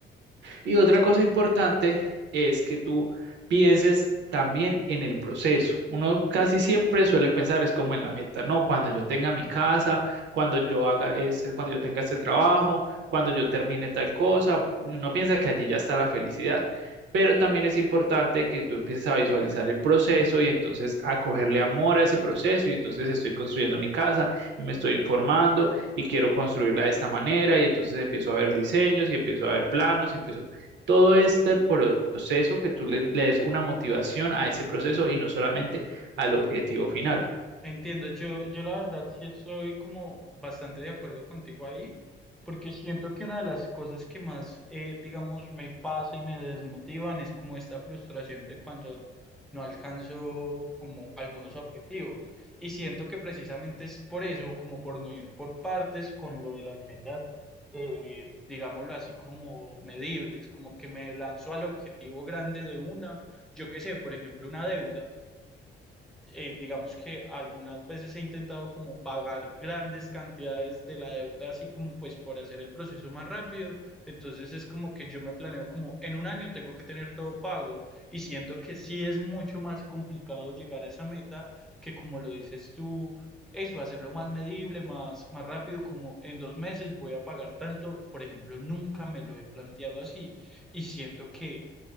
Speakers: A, on the right (about 65°); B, in the centre.
A: Y otra cosa importante es que tú pienses también en el proceso. Uno casi siempre suele pensar es como en la meta, ¿no? Cuando yo tenga mi casa, cuando yo haga este, cuando yo tenga este trabajo, cuando yo termine tal cosa, uno piensa que allí ya está la felicidad. Pero también es importante que tú empieces a visualizar el proceso y entonces a cogerle amor a ese proceso y entonces estoy construyendo mi casa y me estoy informando y quiero construirla de esta manera y entonces empiezo a ver diseños y empiezo a ver planos y empiezo todo este proceso que tú le, le des una motivación a ese proceso y no solamente al objetivo final.
B: Entiendo, yo, yo la verdad sí estoy como bastante de acuerdo contigo ahí, porque siento que una de las cosas que más, eh, digamos, me pasa y me desmotivan es como esta frustración de cuando no alcanzo como algunos objetivos. Y siento que precisamente es por eso, como por no ir por partes con lo de las metas, eh, digámoslo así, como medibles, como que me lanzo al objetivo grande de una, yo qué sé, por ejemplo, una deuda eh, digamos que algunas veces he intentado como pagar grandes cantidades de la deuda, así como pues por hacer el proceso más rápido. Entonces es como que yo me planeo como en un año tengo que tener todo pago y siento que sí es mucho más complicado llegar a esa meta que como lo dices tú, eso, hacerlo más medible, más, más rápido, como en dos meses voy a pagar tanto, por ejemplo, nunca me lo he planteado así y siento que